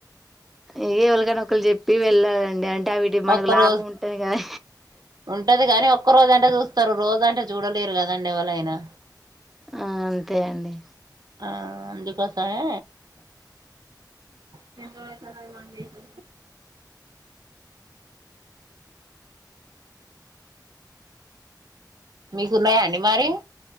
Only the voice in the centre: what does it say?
ఇ ఎవరికన్నా ఒక్కరికి చెప్పి వెళ్లాలండి అంటే ఉంటది మనకు
లాభం
ఉంటది కదా
అ అంతే అండి